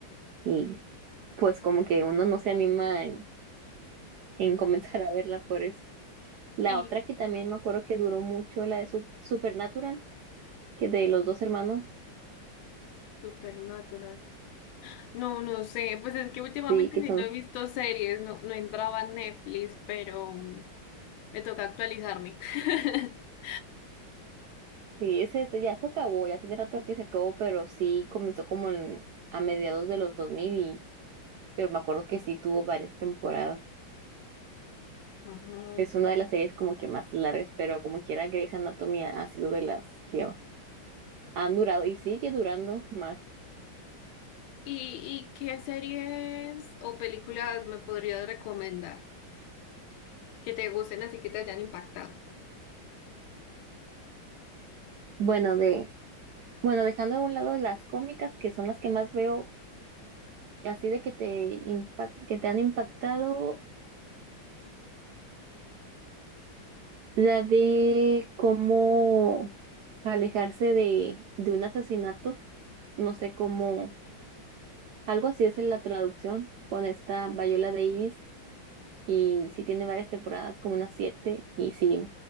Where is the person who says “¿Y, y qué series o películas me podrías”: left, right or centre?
Left